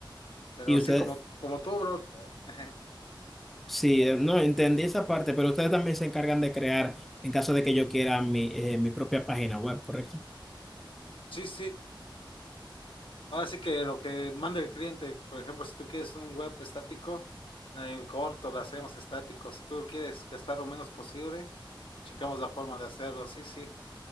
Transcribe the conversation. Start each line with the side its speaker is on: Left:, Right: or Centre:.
Left: Pero
Centre: Y ustedes,
Left: sí, como, como tú, bro. <laughs>
Centre: sí, eh, no, entendí esa parte, pero ustedes también se encargan de crear, en caso de que yo quiera mi, eh, mi propia página web, ¿correcto?
Left: Sí, sí. Ahora sí que lo que manda el cliente, por ejemplo, si tú quieres un web estático, eh, en corto lo hacemos estático. Si tú quieres gastar lo menos posible, checamos la forma de hacerlo. Sí, sí.